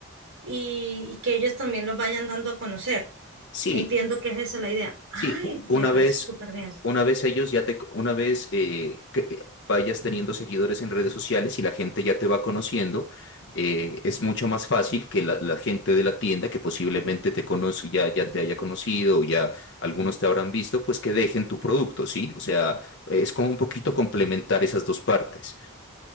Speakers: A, on the right; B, on the left.
A: y, y que ellos también los vayan dando a conocer.
B: Sí,
A: Entiendo que es esa la idea. Ay,
B: Sí, u-
A: me
B: una
A: parece
B: vez,
A: súper bien.
B: una vez ellos ya te, una vez eh, que vayas teniendo seguidores en redes sociales y la gente ya te va conociendo, eh, es mucho más fácil que la, la gente de la tienda que posiblemente te conoce, ya, ya te haya conocido, o ya algunos te habrán visto, pues que dejen tu producto, ¿sí? O sea, es como un poquito complementar esas dos partes.